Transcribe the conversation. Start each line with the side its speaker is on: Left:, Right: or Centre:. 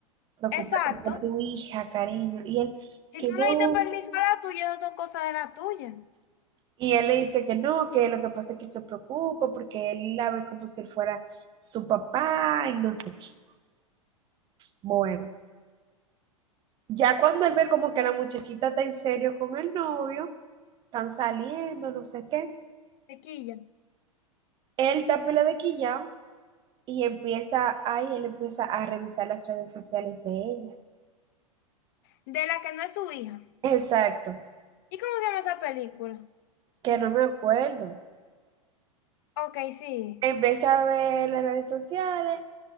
Right: Preocúpate
Left: Exacto.
Right: por tu hija, cariño. Y él,
Left: Si
Right: que
Left: tú no
Right: no.
Left: le diste permiso a la tuya, eso son cosas de la tuya.
Right: Y él le dice que no, que lo que pasa es que él se preocupa porque él la ve como si él fuera su papá y no sé qué. Bueno, ya cuando él ve como que la muchachita está en serio con el novio, están saliendo, no sé qué,
Left: Chiquilla.
Right: él está pila de quillao y empieza, ahí él empieza a revisar las redes sociales de ella.
Left: De la que no es su hija.
Right: Exacto,
Left: ¿Y cómo se llama esa película?
Right: que no me acuerdo.
Left: Ok, sigue.
Right: Empieza a ver las redes sociales